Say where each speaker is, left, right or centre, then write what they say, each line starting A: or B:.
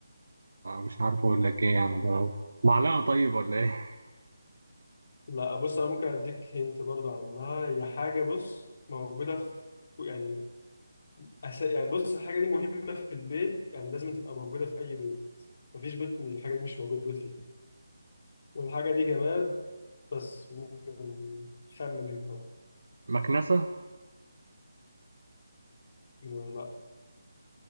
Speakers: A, on the right; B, on the left.
A: مش عارف اقول لك ايه يعني بقى معلقة طيب ولا ايه
B: لا بص انا ممكن اديك هنت برضو عنها هي حاجة بص موجودة في يعني أس... يعني بص الحاجة دي مهمة في البيت يعني لازم تبقى موجودة في أي بيت مفيش بيت من الحاجة دي مش موجودة فيه والحاجة دي جماد بس ممكن خمن انت بقى.
A: <laughs> مكنسة
B: لا